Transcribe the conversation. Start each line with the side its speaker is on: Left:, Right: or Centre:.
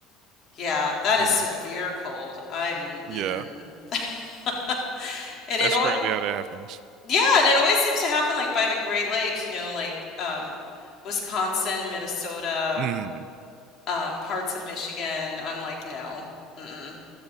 Left: Yeah, that is
Right: Mm.
Left: severe cold. I'm
Right: Yeah.
Left: mm-mm. <laughs> And
Right: That's
Left: it always,
Right: crazy how that happens.
Left: yeah, and it always seems to happen like by the Great Lakes, you know, like um, Wisconsin, Minnesota.
Right: Mm.
Left: um, parts of Michigan. I'm like, no, mm-mm,